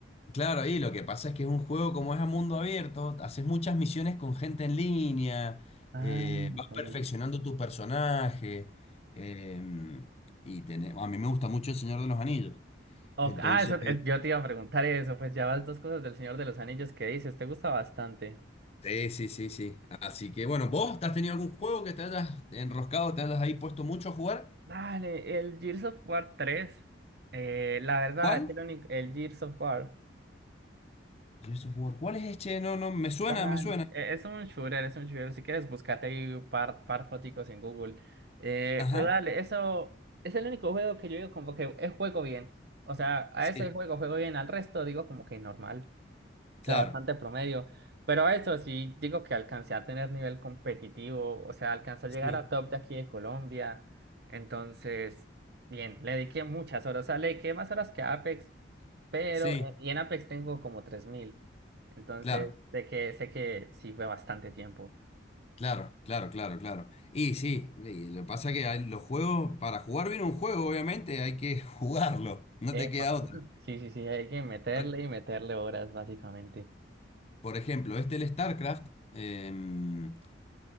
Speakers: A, on the left; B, on the right.
A: claro, y lo que pasa es que es un juego como es a mundo abierto, haces muchas misiones con gente en línea,
B: Ah,
A: eh,
B: ok.
A: vas perfeccionando tu personaje, eh, y tenés- a mí me gusta mucho El Señor de los Anillos.
B: Ok,
A: Entonces,
B: Ah, eso, eh, yo te iba a preguntar eso, pues ya vas dos cosas del Señor de los Anillos que dices, te gusta bastante.
A: sí, sí, sí, sí. Así que bueno, ¿vos te has tenido algún juego que te hayas enroscado, te hayas ahí puesto mucho a jugar?
B: Dale, el Gears of War 3. Eh, la verdad,
A: ¿Cuál?
B: es que el único, el Gears of War.
A: Gears of War. ¿Cuál es este? No, no, me suena,
B: Dale,
A: me suena.
B: e- es un shooter, es un shooter. Si quieres, búscate ahí un par, par foticos en Google. Eh,
A: Ajá,
B: pero dale, eso es el único juego que yo digo como que eh, juego bien. O sea, a
A: sí,
B: ese juego juego bien, al resto digo como que normal. O
A: claro,
B: sea, bastante promedio. Pero a eso sí digo que alcancé a tener nivel competitivo. O sea, alcancé a
A: sí,
B: llegar a top de aquí de Colombia. Entonces, bien, le dediqué muchas horas. O sea, le dediqué más horas que a Apex. Pero,
A: sí,
B: eh, y en Apex tengo como tres mil Entonces,
A: claro.
B: sé que, sé que sí fue bastante tiempo.
A: Claro, claro, claro, claro. Y sí, y lo que pasa es que hay- los juegos, para jugar bien un juego, obviamente, hay que <laughs> jugarlo, no
B: Epa.
A: te queda otra.
B: <laughs> Sí, sí, sí, hay que meterle
A: Por,
B: y meterle horas, básicamente.
A: por ejemplo, este el StarCraft, em,